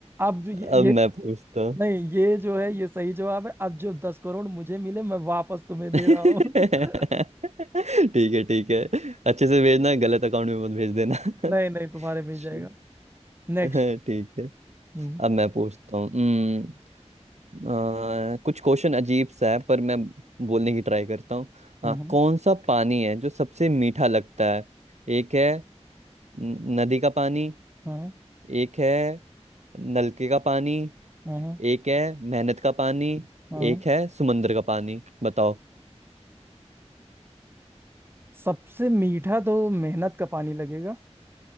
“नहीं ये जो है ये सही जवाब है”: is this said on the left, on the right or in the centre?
Right